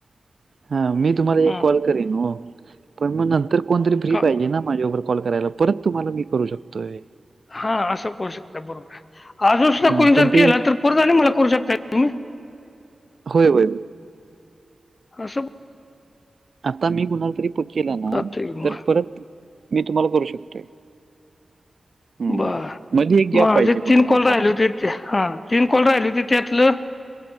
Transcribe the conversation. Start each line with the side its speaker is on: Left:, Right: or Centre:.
Right: हा, मी तुम्हाला
Left: हा
Right: एक कॉल करेन ओ पण मग नंतर कोणतरी फ्री
Left: का
Right: पाहिजे ना, माझ्याबर कॉल करायला, परत तुम्हाला मी करू शकतोय.
Left: हा, असं करू शकता बरोबर आहे, अजून सुद्धा
Right: हां
Left: कोणी जर
Right: पण ते
Left: केलं, तर परत आणीमला करू शकता तुम्ही
Right: होय होय
Left: कसं
Right: आता मी कुणाला तरी प केला ना,
Left: जातोय की मग
Right: तर परत मी तुम्हाला करू शकतोय. हम्म.
Left: बरं,
Right: मध्ये एक गॅप
Left: माझे
Right: पाहिजे कुठल्या
Left: तीन
Right: तरी
Left: कॉल
Right: कॉलचा
Left: राहिले होते. ते हा तीन कॉल राहिले हो ते त्यातलं